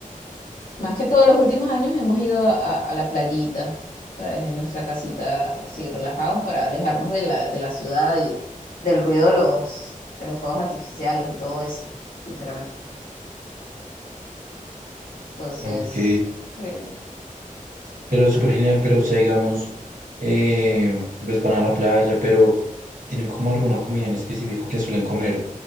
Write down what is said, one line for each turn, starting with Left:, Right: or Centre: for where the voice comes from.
Left: más que todos los últimos años, hemos ido a, a- a la playita, ¿sabes? En nuestra casita, así relajados, para alejarnos de la, de la ciudad y del ruido de los, de los fuegos artificiales y todo eso, sinceramente. Entonces...
Right: Ok,
Left: Sí.
Right: pero es súper genial, pero o sea, digamos, eh, pues van a la playa, pero ¿tienen como alguna comida en específico que suelen comer?